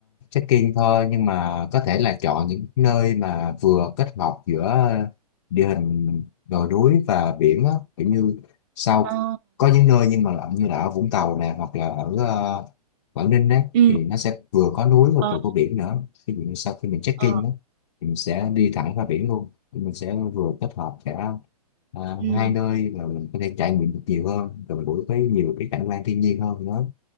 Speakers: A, on the left (about 50°); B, on the right (about 25°).
A: uh, in thôi nhưng mà có thể là chọn những nơi mà vừa kết hợp giữa địa hình đồi núi và biển á kiểu như sau
B: Ờ.
A: có những nơi nhưng mà là như là ở Vũng Tàu nè hoặc là ở ờ, Quảng Ninh đấy
B: Ừ.
A: thì nó sẽ vừa có núi và
B: Ờ,
A: vừa có biển nữa ví dụ như sau khi mình trekking
B: ờ.
A: đó thì mình sẽ đi thẳng ra biển luôn Thì mình sẽ vừa kết hợp cả ờ,
B: Ừ.
A: hai nơi và mình có thể trải nghiệm được nhiều hơn gần gũi với nhiều cái cảnh quan thiên nhiên hơn nữa